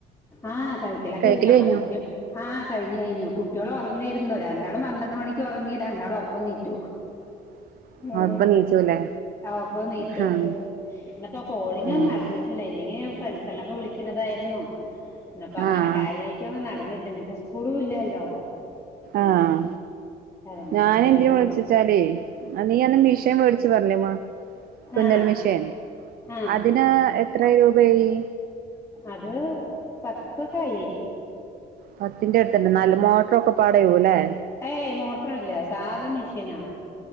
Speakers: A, on the left; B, on the right.
A: ആഹ് കഴിക്കലകെ
B: കഴിക്കല്
A: കഴിഞ്ഞു അപ്പൊ
B: കഴിഞ്ഞോ
A: കുട്ടി ആഹ കഴിഞ്ഞു കഴിഞ്ഞു കുട്ടിയോൾ ഒറങ്ങയിരുന്നോ രണ്ടാളും പന്ത്രണ്ട് മണിക്ക് ഒറങ്ങി രണ്ടാളും ഒപ്പം നീറ്റു
B: <unintelligible>
A: ഏഹ്
B: നീച്ചുല്ലേ
A: അവപ്പോ നീറ്റോ
B: ആഹ്
A: ഇന്നപ്പോ കോളിങ്ങൊന്നും
B: ആഹ്
A: നടന്നിട്ടില്ല ഇല്ലെങ്കി ഫ്രണ്ട്സളൊക്കെ വിളിക്കുന്നതായിരുന്നു. ഇപ്പ അങ്ങനെ
B: ആഹ്
A: കാര്യയിട്ടോന്നും നടന്നില്ല ഇന്നിപ്പോ സ്കൂളും ഇല്ലല്ലോ? ഉം
B: ആഹ്
A: അങ്ങനെയൊക്കെ
B: ഞാൻ എന്തിന
A: ആയിട്ട്
B: വിളിച്ചച്ചാലേ
A: മ-
B: അന്ന് ഞാനെ മിഷേൻ മേടിച്ചച്ച് പറഞ്ഞില്ലേമ്മ തുന്നൽ
A: ആ ആ
B: മെഷൈൻ
A: ആ
B: അതിന് എത്ര രൂപായി?
A: അത് പത്ത് കൈ
B: പത്തിന്റെ അടുത്തുണ്ട് നല് മോട്ടറൊക്കെ പാടയൂ അല്ലേ?
A: ഏയ് മോട്ടറല്ല സാധാ മെഷീനാ